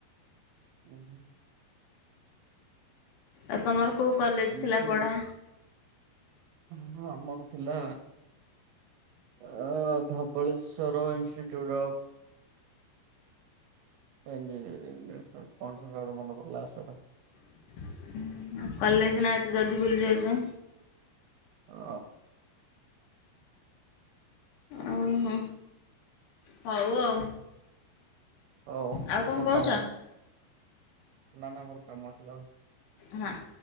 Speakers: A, on the right (about 75°); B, on the left (about 70°).
A: <inaudible>
B: ଆଉ ତମର କୋଉ କଲେଜ
A: ଏମିତି
B: ଥିଲା ପଢ଼ା।
A: ହଁ ଆମର ଥିଲା। ଆ ଧବଳେଶ୍ୱର ଇନଷ୍ଟିଚ୍ୟୁଟ୍ ଅଫ୍। ଇଞ୍ଜିନିୟରିଂ କଣ ସେଟା ଗୋଟେ ମନେ ପଡୁନି ଲାଷ୍ଟ ଟା।
B: <unintelligible> କଲେଜ ନାଆଁ ଏତେ ଜଲଦି ଭୁଲି ଯାଉଛ।
A: ଅ
B: ଓହୋ ହଉ ଆଉ।
A: ହଉ
B: ଆଉ କଣ
A: ମୋର
B: କହୁଛ
A: କାମ ଅଛି ନା ନା ମୋର କାମ ଅଛି ଯାଉଛି।
B: ହାଆଁ।